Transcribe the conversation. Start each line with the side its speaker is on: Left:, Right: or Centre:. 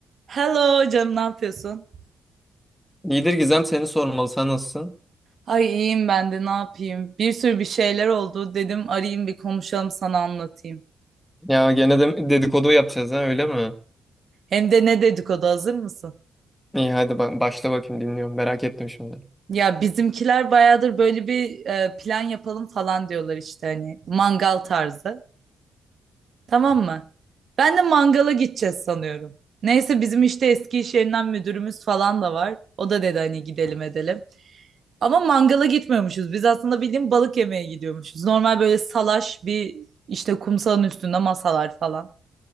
Right: Hello canım ne yapıyorsun?
Centre: İyidir Gizem seni sormalı. Sen nasılsın?
Right: Ay iyiyim ben de ne yapayım? Bir sürü bir şeyler oldu. Dedim arayayım bir konuşalım sana anlatayım.
Centre: Ya gene de dedikodu yapacağız ha öyle mi?
Right: Hem de ne dedikodu hazır mısın?
Centre: İyi hadi bak başla bakayım dinliyorum. Merak ettim şimdi.
Right: Ya bizimkiler bayağıdır böyle bir e, plan yapalım falan diyorlar işte hani mangal tarzı. Tamam mı? Ben de mangala gideceğiz sanıyorum. Neyse bizim işte eski iş yerinden müdürümüz falan da var. O da dedi hani gidelim edelim. Ama mangala gitmiyormuşuz. Biz aslında bildiğin balık yemeye gidiyormuşuz. Normal böyle salaş bir işte kumsalın üstünde masalar falan.